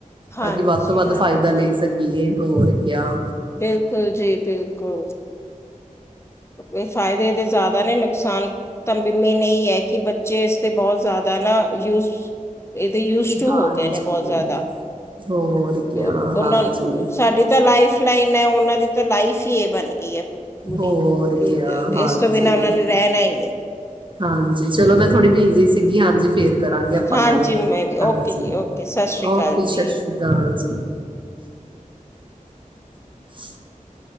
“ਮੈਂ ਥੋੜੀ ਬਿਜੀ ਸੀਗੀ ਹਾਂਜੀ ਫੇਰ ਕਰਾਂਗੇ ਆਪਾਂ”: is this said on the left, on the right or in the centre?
Right